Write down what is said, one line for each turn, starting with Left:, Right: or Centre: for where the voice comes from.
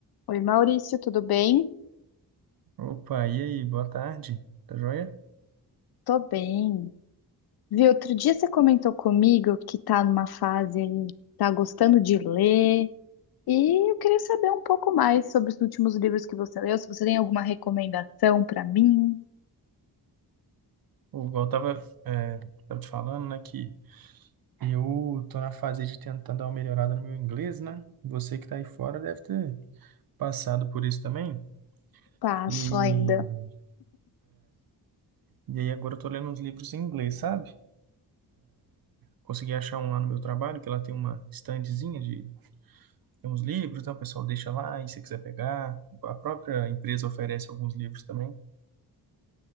Left: Oi, Maurício, tudo bem?
Right: Opa, e aí, boa tarde, tá joia?
Left: Tô bem. Viu, outro dia você comentou comigo que tá numa fase aí, tá gostando de ler, e eu queria saber um pouco mais sobre os últimos livros que você leu, se você tem alguma recomendação pra mim.
Right: O igual eu tava, é, tava te falando, né, que eu tô na fase de tentar dar uma melhorada no meu inglês, né? Você que tá aí fora deve ter passado por isso também.
Left: Passo
Right: E,
Left: ainda.
Right: e aí agora eu tô lendo uns livros em inglês, sabe? Consegui achar um lá no meu trabalho, que lá tem uma estandezinha de tem uns livros, então o pessoal deixa lá, e se quiser pegar, a própria empresa oferece alguns livros também.